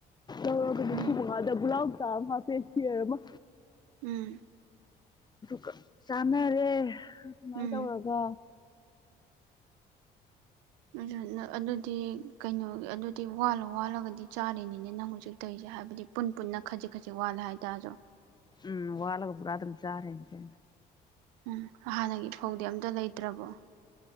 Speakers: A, on the left; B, on the right.
A: ꯨ
B: ꯎꯝ
A: ꯃꯉꯗ ꯨꯂꯕ ꯀꯝ ꯍꯥ ꯄꯦꯁꯤ ꯑꯣꯏꯔꯃ
B: ꯎꯝ
A: ꯍ ꯑꯃꯃꯦ ꯔꯦ ꯑꯗꯨꯃꯥꯏꯅ
B: ꯎꯝ
A: ꯇꯧꯔꯒ
B: ꯑꯗꯨ ꯑꯗꯨꯗꯤ ꯀꯩꯅꯣꯒꯤ ꯑꯗꯨꯗꯤ ꯋꯥꯜꯂ ꯋꯥꯜꯂꯒꯗꯤ ꯆꯥꯔꯤꯅꯤꯅꯦ ꯅꯪ ꯍꯧꯖꯤꯛ ꯇꯧꯔꯤꯁꯦ ꯍꯥꯏꯕꯗꯤ ꯄꯨꯟ ꯄꯨꯟꯅ ꯈꯖꯤꯛ ꯈꯖꯤꯛ ꯋꯥꯠꯂꯦ ꯍꯥꯏꯇꯥꯥꯔꯁꯨ
A: ꯎꯝ ꯋꯥꯂꯒ ꯄꯨ ꯑꯗꯨꯝ ꯆꯥꯔꯦ ꯀ
B: ꯎꯝ ꯍꯥꯟꯅꯒꯤ ꯐꯧꯗꯤ ꯑꯝꯇ ꯂꯩꯇ꯭ꯔꯕꯣ